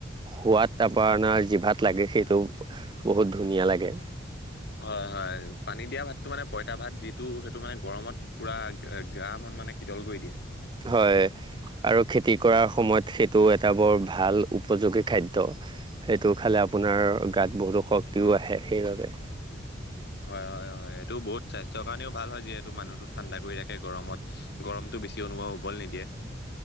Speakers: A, on the right; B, on the left.
A: সোৱাদ আপোনাৰ জিভাত লাগে সেইটো বহুত ধুনীয়া লাগে
B: হয় হয় পানী দিয়া ভাতটো মানে পইতা ভাত যিটো সেইটো মানে গৰমত পূৰা গ মত মানে শীতল কৰি দিয়ে।
A: হয়। আৰু খেতি কৰাৰ সময়ত সেইটো এটা বৰ ভাল উপযোগী খাদ্য সেইটো খালে আপোনাৰ গাত বহুতো শক্তিও আহে সেইবাবে
B: হয় হয় হয় এইেইটো বহুত স্বাস্থ্যৰ কাৰণেও ভাল হয় যিহেতু মানুহতো ঠাণ্ডা কৰি ৰাাকে গৰমত। গৰমতটো বেছি অনুভৱ হ'বলৈ নিদিয়ে